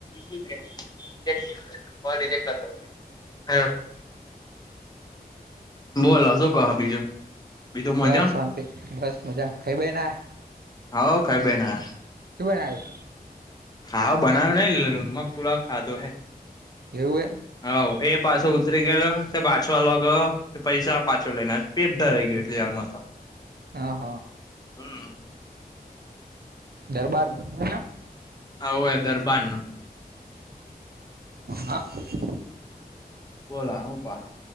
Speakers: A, on the left; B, on the right.
A: જઈ નઈતર <unintelligible> કોલ રિજેક્ટ કર. હ બોલા શું કહા બીજું બીજું મજામ.
B: બસ શાંતિ બસ મજા ખાઈબઈના
A: હઉ ખઈબઈ ન આયા.
B: શુ બનાયું.
A: ખાવા બનાયુ નહી મગ પુલાવ ખાધો હે.
B: એવુંહે.
A: હઉ એ પાસો ઉતરી ગેલો તે પાછો આલવા ગયેલો. તે પૈસા પાછો લઈન આયો પેટ ધરઈ ગયું એટલી વારમાં તો.
B: હ હા
A: હમ
B: દરબાર દરબના.
A: અઉવે એ દરબાર ન.
B: હા.
A: બોલા હું કોહો